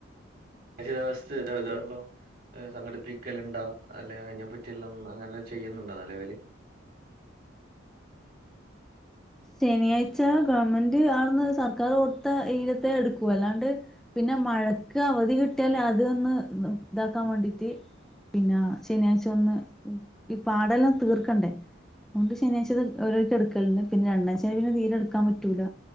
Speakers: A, on the right; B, in the centre.
A: <unintelligible> സംഘടിപ്പിക്കലുണ്ട അല്ലെ അതിനെപ്പറ്റിയല്ല അങ്ങനെ ചെയ്യുന്നുണ്ടോ നെലവില്
B: ശനിയാഴ്ച ഗവൺമെന്റ് അവിടുന്ന് സർക്കാർ കൊടുത്ത ഇരത്തെ എടുക്കൂ അല്ലാണ്ട് പിന്നെ മഴക്ക് അവധി കിട്ടിയാൽ അതൊന്ന് ഇതാക്കാൻ വേണ്ടിട്ട് പിന്നെ ശനിയാഴ്ച വന്ന് ഈ പാടെല്ലാം തീർക്കണ്ടേ അുകൊണ്ട് ശനിയാഴ്ച അത്ഓരോർക്ക് എടുക്കലുണ്ട് പിന്നെ രണ്ടാം ശനി പിന്നെ തീരെടുക്കാൻ പറ്റൂല